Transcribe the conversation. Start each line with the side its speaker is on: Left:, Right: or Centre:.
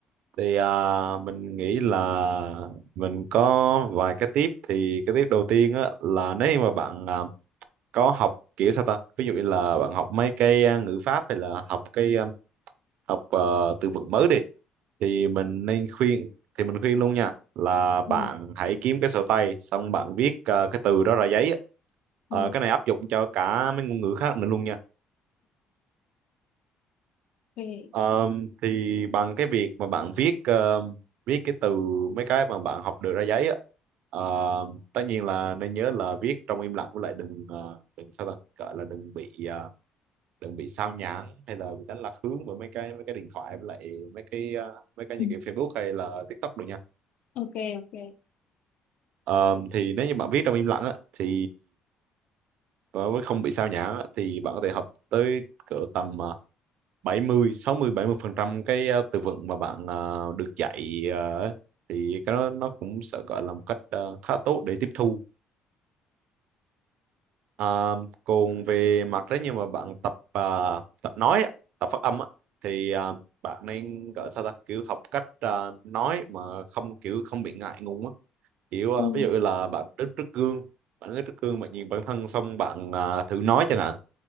Right: thì à, mình nghĩ là mình có vài cái tip thì cái tip đầu tiên á là nếu như mà bạn à, có học kiểu sao ta ví dụ như là bạn học mấy cái à, ngữ pháp hay là học cái à, học à, từ vựng mới đi thì mình nên khuyên thì mình khuyên luôn nha là bạn
Left: ừ
Right: hãy kiếm cái sổ tay xong bạn viết ờ, cái từ đó ra giấy á. Ờ,
Left: ừ
Right: cái này áp dụng cho cả mấy ngôn ngữ khác nữa luôn nha
Left: ok
Right: Ờ, thì bằng cái việc mà bạn viết ờ, viết cái từ mấy cái mà bạn học được ra giấy á ờ, tất nhiên là nên nhớ là viết trong im lặng với lại đừng ờ, đừng sao ta gọi là đừng bị ờ, đừng bị sao nhãng hay là bị đánh lạc hướng bởi mấy cái mấy cái điện thoại với lại mấy cái ờ, mấy cái
Left: Ừ.
Right: những cái Facebook hay là TikTok được nha
Left: Ok ok.
Right: Ờ, thì nếu như bạn viết trong im lặng á thì và với không bị sao nhãng á, thì bạn có thể học tới cỡ tầm ờ, bảy mươi sáu mươi bảy mươi phần trăm cái ờ, từ vựng mà bạn ờ, được dạy ờ, thì cái đó nó cũng sẽ gọi là một cách ờ, khá tốt để tiếp thu Ờ, còn về mặt đấy như mà bạn tập ờ, tập nói á, tập phát âm á, thì ờ, bạn nên gọi sao ta kiểu học cách ờ, nói mà không kiểu không bị ngại ngùng á kiểu ờ,
Left: Ừ.
Right: ví dụ là bạn đứng trước gương bạn đứng trước gương bạn nhìn bản thân xong bạn ờ, thử nói chẳng hạn